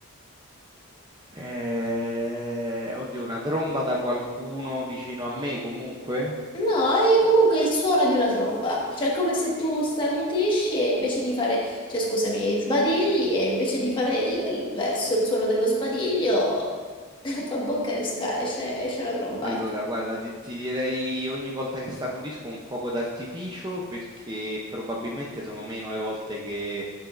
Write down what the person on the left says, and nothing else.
No, è comunque il suono di una tromba, cioè è come se tu starnutisci e invece di fare, cioè scusami, sbadigli e invece di fare il, il verso, il suono dello sbadiglio, <laughs> dalla tua bocca esca- esce, esce una tromba,
ecco.